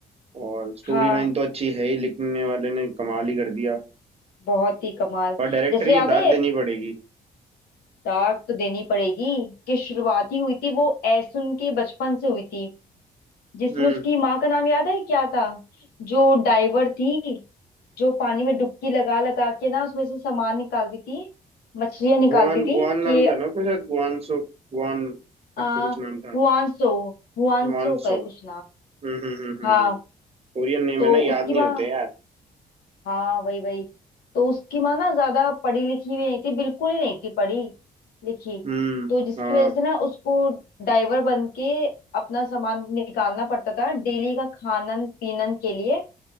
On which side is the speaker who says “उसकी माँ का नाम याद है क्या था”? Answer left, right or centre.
Left